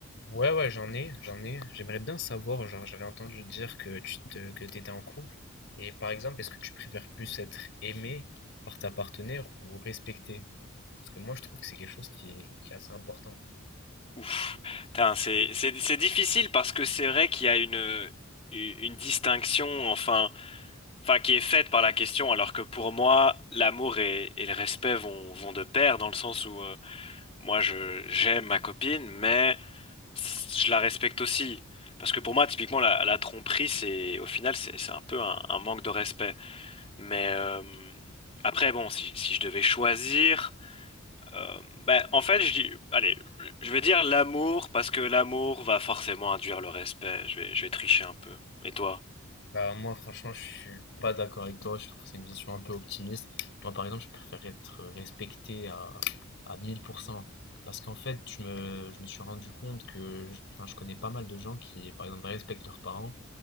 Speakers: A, on the left (about 60°); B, on the left (about 30°).
A: ouais ouais j'en ai j'en ai j'aimerais bien savoir genre j'avais entendu dire que tu te, que t'étais en couple et par exemple est-ce que tu préfères plus être aimé par ta partenaire ou respecté Parce que moi, je trouve que c'est quelque chose qui est, qui est assez important.
B: Ouf, Putain, c'est c'est c'est difficile parce que c'est vrai qu'il y a une une distinction enfin enfin qui est faite par la question alors que pour moi l'amour et, et le respect vont vont de pair dans le sens où euh, moi je j'aime ma copine mais je la respecte aussi parce que pour moi typiquement la, la tromperie c'est au final c'est c'est un peu un, un manque de respect mais euh, après bon si si je devais choisir euh, ben, en fait, je dis, allez, je vais dire l'amour parce que l'amour va forcément induire le respect. Je vais, je vais tricher un peu. Et toi?
A: Bah, moi, franchement, je suis pas d'accord avec toi. Je trouve que c'est une vision un peu optimiste. Moi, par exemple, je préfère être respecté à, à mille pour cent Parce qu'en fait, je me, je me suis rendu compte que je, enfin, je connais pas mal de gens qui, par exemple, respectent leurs parents,